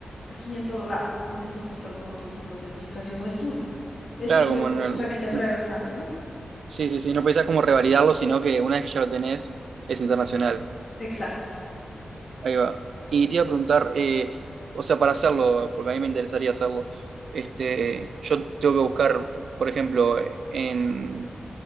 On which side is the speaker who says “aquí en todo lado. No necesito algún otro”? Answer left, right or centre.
Left